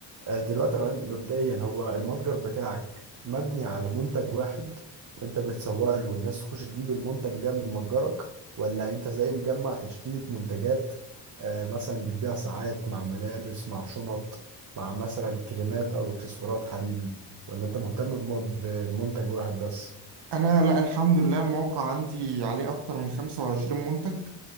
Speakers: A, on the right (about 45°); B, on the right (about 70°).
A: آه، دلوقتي انا عند- مبدئيا هو المتجر بتاعك مبني على منتج واحد وانت بتسوق له والناس تخش تجيب المنتج ده من متجرك ولا انت زي مجمع تشكيلة منتجات آه، مثلا بتبيع ساعات مع ملابس مع شنط مع مثلا كريمات او اكسسوارات حريمي ولا انت مهتم بم- بمنتج واحد بس
B: انا لا الحمد لله الموقع عندي عليه اكتر من 25 منتج